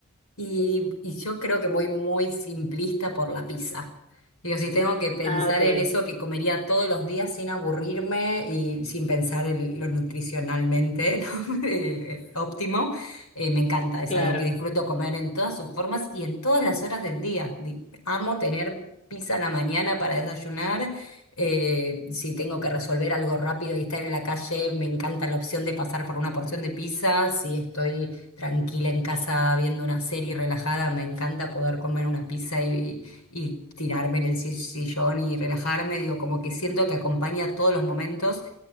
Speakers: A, on the left (about 85°); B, on the left (about 30°).
A: Y, y yo creo que voy muy simplista por la pizza. Digo, si tengo que pensar
B: Ah, ok,
A: en eso que comería todos los días sin aburrirme y sin pensar en lo nutricionalmente, <laughs> ¿no? Eh, eh, óptimo, eh, me encanta. Es
B: claro.
A: algo que disfruto comer en todas sus formas y en todas las horas del día. Di- Amo tener pizza en la mañana para desayunar. Eh, si tengo que resolver algo rápido y estar en la calle, me encanta la opción de pasar por una porción de pizza. Si estoy tranquila en casa viendo una serie relajada, me encanta poder comer una pizza y, y tirarme en el si- sillón y relajarme, digo, como que siento que acompaña todos los momentos,